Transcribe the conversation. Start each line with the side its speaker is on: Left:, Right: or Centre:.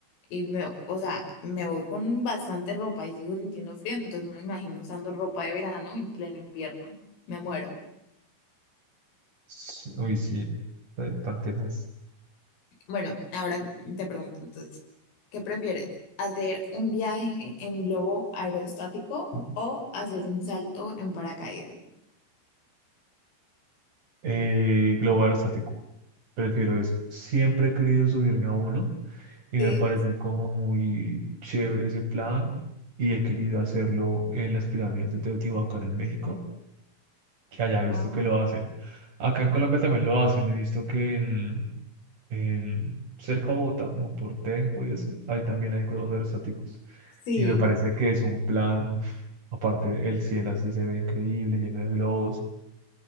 Left: y me, o sea, me voy con bastante ropa y sigo sintiendo frío, entonces no me imagino usando ropa de verano en pleno invierno. Me muero.
Right: S- Uy, sí, eh, tan tenaz.
Left: Bueno, ahora te pregunto entonces, ¿qué prefieres? ¿Hacer un viaje en globo aerostático o hacer un salto en paracaídas?
Right: eh, global o estático. Prefiero eso. Siempre he querido subirme a uno y me
Left: Sí.
Right: parece como muy chévere ese plan y he querido hacerlo en las pirámides de Teotihuacán en México, que haya visto
Left: Ah,
Right: que lo hacen. Acá en Colombia también lo hacen, he visto que en, en cerca de Bogotá, como por Tenjo y eso, ahí también hay globos aerostáticos.
Left: sí.
Right: Y me parece que es un plan, uf, aparte el cielo así se ve increíble, lleno de globos.